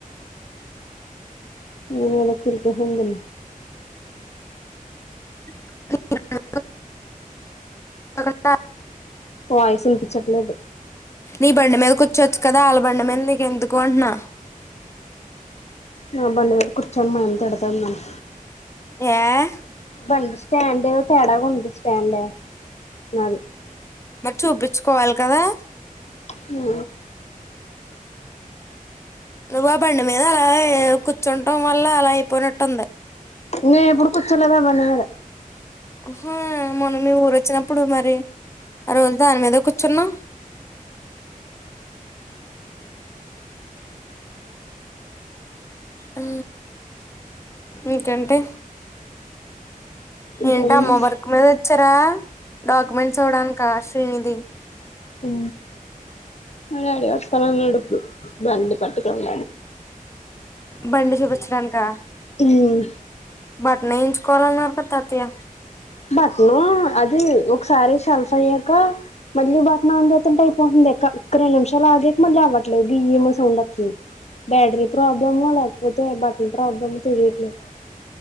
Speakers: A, on the left (about 50°); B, on the left (about 20°).
A: వినోద్ వచ్చి హెల్ప్ చేసిండు
B: <inaudible> బాగుందా
A: వాయిస్ ఇన్పించట్లేదు
B: నీ బండి మీద కూచ్చోచ్చు కదా ఆళ్ళ బండి మీద నీకెందుకు అంట్నా
A: మా బండి మీద కూచ్చోను నేను మా ఆయన తిడ్తాడు నన్ను
B: యే
A: బండి స్టాండ్ ఏదో తేడాగుంది స్టాండే మాది
B: మరి చూపించ్కోవాలి కదా
A: హు
B: నువ్ ఆ బండి మీద అలా ఏ కూర్చుంటం వల్ల అలా అయిపోయినట్టుంది
A: నేనెప్పుడూ కూచ్చోలేదు ఆ బండి మీద
B: హా మొన్న మీ ఊరొచ్చినప్పుడు మరి ఆ రోజు దాని మీద కూర్చున్నావ్ ఆ ఇంకెంటి
A: ఇంకేముంది
B: ఏంటా మోవర్ మీదొచ్చారా డాక్యుమెంట్స్ ఇవ్వడానికా శ్రీనిధి
A: ఉ మా డాడీ ఒస్తనన్నడు ఇప్పుడు బండి పట్టుకొని
B: బండి చూపించడానికా
A: ఉమ్
B: బట్నేయించ్కోవాలన్నారు కదా తాతయ్య
A: బట్నూ అది ఒకసారి సెల్ఫ్ అయ్యాక మళ్ళీ బటన్ ఆన్ చేతుంటే అయిపోతుంది ఇంకా ఒక రెండు నిమిషాలాగాక మళ్ళీ అవట్లేదు గియ్ మని సౌండ్ అత్తుంది బ్యాటరీలు ప్రాబ్లమ్ లేపో తె బటన్ ప్రాబ్లమో తెలీట్లేదు